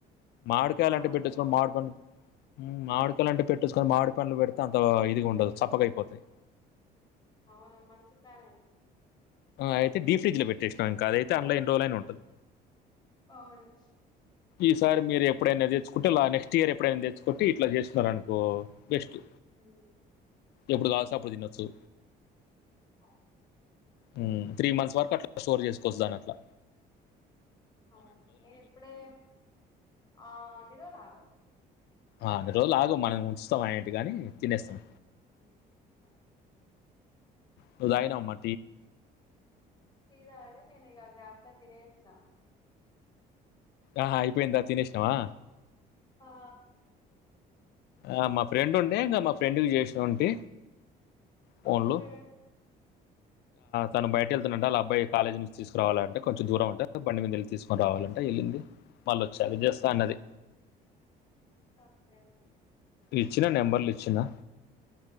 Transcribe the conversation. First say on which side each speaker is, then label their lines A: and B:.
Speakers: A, on the left; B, on the left.
A: మామిడి కాయాలంటే
B: చాలా
A: పెట్టోచ్చు
B: వేడిగా
A: గాని
B: ఉంది
A: మాడి పండు ఉమ్ మాడికాయలంటే పెట్టొచ్చుకాని, మామిడి పండ్లు పెడితే అంత ఇదిగా ఉండదు. చప్పగయిపోతాయి.
B: అవును మంచి కాయనే
A: ఆ అయితే డీప్ ఫ్రిడ్జ్ లో పెట్టేసినం ఇంకా, అదైతే అన్ల ఎన్ని రోజులైన ఉంటది.
B: అవును
A: ఈ సార్ మీరు ఎప్పుడైనా తెచ్చుకుంటే లా నెక్స్ట్ స్టీయర్ ఎప్పుడైనా తెచ్చుకుంటే ఇట్లా చేస్కున్నరు అనుకో బెస్టు,
B: మ్మ్
A: ఎప్పుడు కావాల్స్తే అప్పుడు తినొచ్చు.
B: ఆ
A: ఉమ్ త్రీ మంత్స్ వరకు అట్లా స్టోర్ చేసుకొవచ్చు దాన్ని అట్లా.
B: ఆ నేనిప్పుడే ఆ నిల్వనాగది
A: ఆ అన్ని రోజులు ఆగం మనం ఏం ఉంచుతమా ఏంటి గని తినేస్తాం.
B: ఉమ్ ఆ
A: నువ్ దాగినవా మట్
B: టీ తాగి ఇకి అన్నం తినేసిన
A: ఆహా! అయిపోయిందా? తినేసినావా?
B: అ
A: ఆ మా ఫ్రెండ్ ఉండే ఇంకా మా ఫ్రెండ్కి చేసి ఉంటి ఫోన్లు
B: ఓకే
A: తను బయట అళ్ అబ్బాయి కాలేజ్ నుంచి తీసుకురావాలంట కొంచెం దూరం ఉంటే బండి మీద వెళ్ళి తీసుకునిరావాలంటే వెళ్ళింది మళ్ళు వచ్చరు చేస్తా అన్నది
B: ఒకే
A: ఇచ్చినా నెంబర్లు ఇచ్చినా